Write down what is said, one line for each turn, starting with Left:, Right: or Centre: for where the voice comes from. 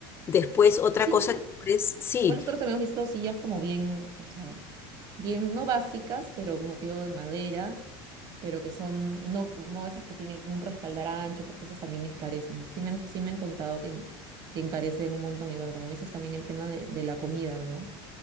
Left: Después, otra
Right: Sí,
Left: cosa que puedes, sí,
Right: y bueno nosotros habíamos visto sillas como bien, o sea, bien, no básicas, pero como te digo, de madera, pero que son, no, no esas que tienen un respaldar ancho, porque esas también escarecen. Sí me han, sí me han contado que, en- que encarecen un montón. Y bueno, como me dices también el tema de, de la comida, ¿no?